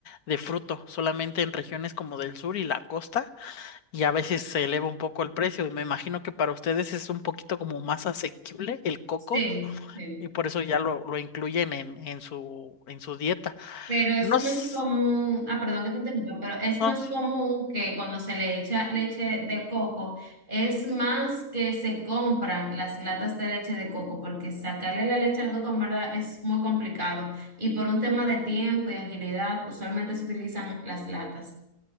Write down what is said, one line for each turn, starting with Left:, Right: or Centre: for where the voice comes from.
Left: de fruto, solamente en regiones como del sur y la costa y a veces se eleva un poco el precio. Y me imagino que para ustedes es un poquito como más asequible el coco
Right: Sí, sí.
Left: y por eso ya lo, lo incluyen en, en su, en su dieta.
Right: Pero es
Left: No,
Right: más
Left: s-
Right: común, ah, perdón que te interrumpa, pero es
Left: no,
Right: más común que cuando se le echa leche de coco, es más que se compran las latas de leche de coco, porque sacarle la leche al coco en verdad es muy complicado. Y por un tema de tiempo y agilidad, usualmente se utilizan las latas.